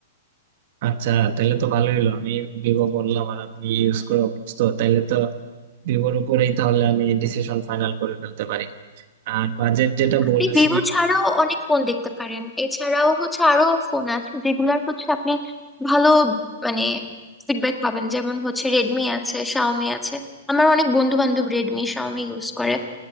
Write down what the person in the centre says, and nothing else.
আপনি
ভিভো ছাড়াও অনেক ফোন দেখতে পারেন এছাড়াও হচ্ছে আরো ফোন আছে যেগুলার হচ্ছে আপনি ভালো মানে ফিডব্যাক পাবেন যেমন হচ্ছে রেডমি আছে শাওমি আছে আমার অনেক বন্ধু বান্ধব রেডমি শাওমি ইউজ করে